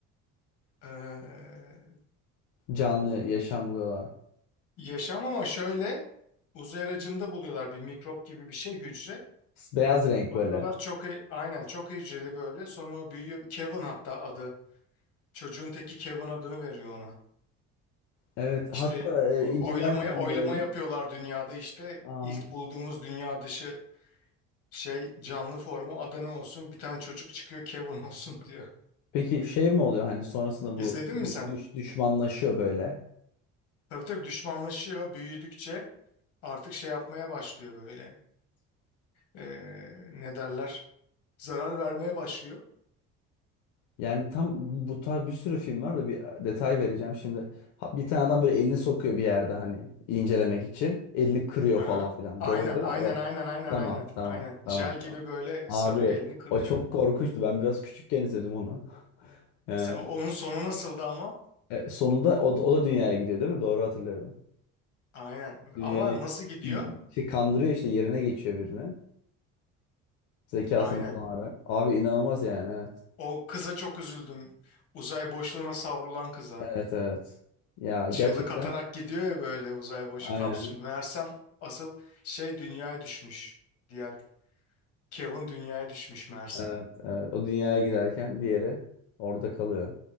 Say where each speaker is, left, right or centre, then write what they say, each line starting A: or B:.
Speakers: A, on the left; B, on the left.
A: eee,
B: Canlı yaşam buluyorlar.
A: yaşam ama şöyle uzay aracında buluyorlar bir mikrop gibi bir şey hücre.
B: Beyaz renk
A: Bakıyorlar
B: böyle.
A: çok e- aynen çok hücreli böyle. Sonra o büyüyor. Kevin hatta adı. Çocuğun teki Kevin adını veriyor ona.
B: Evet
A: İşte
B: hatta
A: o-
B: e, incelerken
A: oylamaya oylama
B: böyle.
A: yapıyorlar dünyada işte
B: Aa.
A: ilk bulduğumuz dünya dışı şey canlı formu Adana olsun bir tane çocuk çıkıyor Kevin olsun <laughs> diyor.
B: Peki şey mi oluyor hani sonrasında bu
A: İzledin mi
B: dü-
A: sen?
B: düş- düşmanlaşıyor böyle.
A: Tabii tabii düşmanlaşıyor büyüdükçe artık şey yapmaya başlıyor böyle. Ee, ne derler? Zarar vermeye başlıyor.
B: Yani tam bu tarz bir sürü film var da bir detay vereceğim şimdi. Ha- Bir tane adam böyle elini sokuyor bir yerde hani incelemek için. Elini kırıyor
A: Aha.
B: falan filan.
A: Aynen
B: Doğru değil
A: aynen
B: mi? O.
A: aynen aynen
B: Tamam
A: aynen
B: tamam
A: aynen.
B: tamam
A: Jel
B: tamam.
A: gibi böyle
B: Abi
A: sarıyor elini kırıyor.
B: o çok korkunçtu. Ben biraz küçükken izledim onu. Yani
A: Sen onun sonu nasıldı ama?
B: e, sonunda o, da- o da dünyaya gidiyor değil mi? Doğru hatırlıyorum.
A: Aynen.
B: Dünyayı
A: Ama nasıl gidiyor?
B: y- şey kandırıyor işte yerine geçiyor birini. Zekasını
A: Aynen.
B: kullanarak. Abi inanılmaz yani evet.
A: O kıza çok üzüldüm. Uzay boşluğuna savrulan kıza.
B: Evet evet. Ya gerçekten
A: çığlık atarak gidiyor ya böyle uzay boş
B: aynen.
A: kapsül. Meğersem asıl şey dünyaya düşmüş. Diğer Kevin dünyaya düşmüş meğersem.
B: Evet, evet. O dünyaya giderken diğeri orada kalıyor.